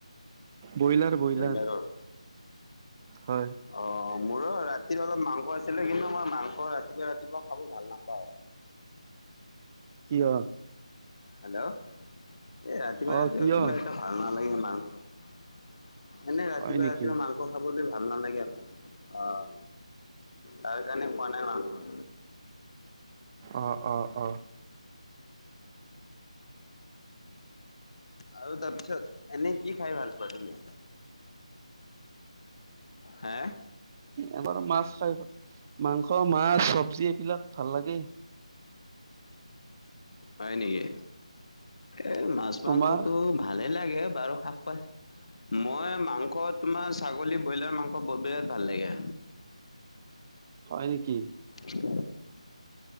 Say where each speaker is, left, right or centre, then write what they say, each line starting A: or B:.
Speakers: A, on the right; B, on the left.
A: ব্ৰইলাৰ ব্ৰইলাৰ
B: ব্ৰইলাৰৰ
A: হয়।
B: অ' মোৰো ৰাতিৰ অলপ মাংস আছিলে, কিন্তু মই মাংস ৰাতিপুৱা ৰাতিপুৱা খাব ভাল নাপাওঁ।
A: কিয়?
B: হেল্ল'? এ ৰাতিপুৱা
A: অ
B: ৰাতিপুৱা
A: কিয়
B: কিবা এটা ভাল নালাগে মাংস, এনে ৰাতিপুৱা
A: হয় নেকি
B: ৰাতিপুৱা মাংস স খাবলৈ ভাল নালাগে, আহ তাৰ কাৰণে খোৱা নাই মাংস।
A: অ', অ', অ'।
B: আৰু তাৰপিছত এনেই কি খাই ভাল পোৱা তুমি? হে
A: এবাৰ মাছ খাই, মাংস মাছ চবজি এইবিলাক ভাল লাগে।
B: হয় নেকি? এ মাছ
A: তোমাৰ
B: মাংসটো ভালে লাগে বাৰু শাক পাচলি, মই মাংস তোমাৰ ছাগলী, ব্ৰইলাৰ মাংস বিৰাট ভাল লাগে।
A: হয় নেকি?
B: অ'